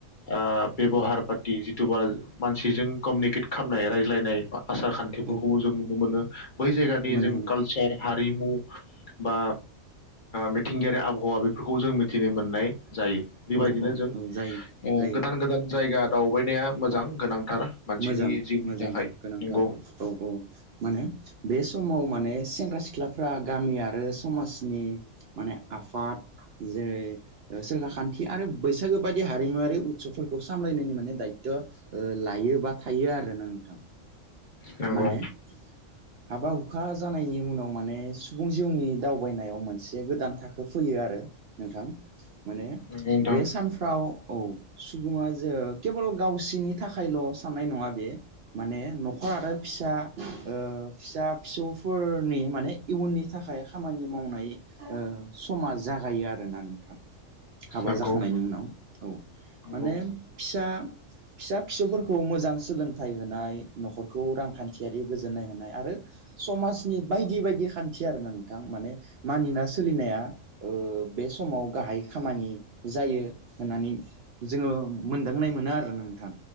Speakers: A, on the left; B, on the right.
A: ओ बेब हार पाथि जिथुबा मानसिजों कमिउनिकेट खालामनाय रायज्लायनाय आसार खान्थिफोरखौबो
B: औ
A: जों नुनो मोनो बै जायगानि
B: मोनो
A: जों
B: मोनो
A: कालसार हारिमु बा मिथिंगायारि आबहावा बेफोरखौ जों मि थिनो मोननाय जायो बेबायदिनो
B: औ
A: जों
B: औ जायो
A: ओ
B: जायो
A: गोदान गोदान जायगा दावबायनाया मोजां गोनांथार। मानसिनि
B: मोजां
A: जिउनि
B: मोजां
A: थाखाय
B: गोनांथार
A: नंगौ
B: औ औ माने बे समाव माने। सेंग्रा सिख्लाफ्रा गामि आरो समाजनि। माने आफाद जेरै सोरखा खान्थि आरो बैसागो बादि हारिमुवारि उत्सबफोरखौ सामलायनायनि माने दायथ ओ लायोबा। थायो आरोना नोंथां।
A: नंगौ।
B: माने हाबा हुखा जानायनि उनाव माने सुबुं जिउनि दावबायनायाव मोनसे गोदान थाखो फैयो आरो नोंथां। माने
A: नंगौ नोंथां
B: बे सानफ्राव। औ सुबुङा जे केबल गावसिनि थाखायल। हानाय नङा बे माने नखर आरो फिसा ओ फिसा फिसौफोरनि माने इयुननि थाखाय खामानि मावनाय ओ समा जागायो आरोना नोंथां। हाबा
A: नंगौ
B: जाखांनायनि उनाव औ
A: नंगौ
B: माने फिसा फिसा फिसौफोरखौ। मोजां सोलोंथाइ होनाय नखरखौ रांखान्थियारि गोजोननाय होनाय आरो समाजनि बायदि बायदि खान्थि आरोना नोंथां माने मानिना सोलिनाया ओ बे समाव गाहाय। खामानि जायो होननानै जोङो मोनदांनाय मोनो आरो नोंथां।